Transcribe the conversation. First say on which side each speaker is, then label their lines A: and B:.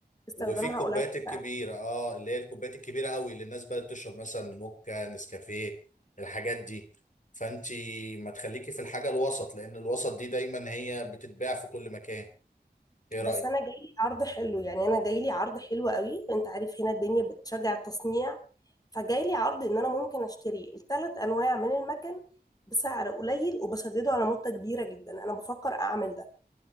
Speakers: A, on the left; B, on the left.
A: استخدامها
B: وفي الكوبايات
A: قليل
B: الكبيره
A: فعلا
B: اه اللي هي الكوبايات الكبيره قوي اللي الناس بقى بتشرب مثلا موكا نسكافيه الحاجات دي فانتي ما تخليكي في الحاجه الوسط لان الوسط دي دايما هي بتتباع في كل مكان ايه
A: بس
B: رايك
A: أنا جايلي عرض حلو يعني أنا جايلي عرض حلو قوي أنت عارف هنا الدنيا بتشجع التصنيع فجايلي عرض إن أنا ممكن أشتري الثلاث أنواع من المكن بسعر قليل وبسدده على مدة كبيرة جدا أنا بفكر أعمل ده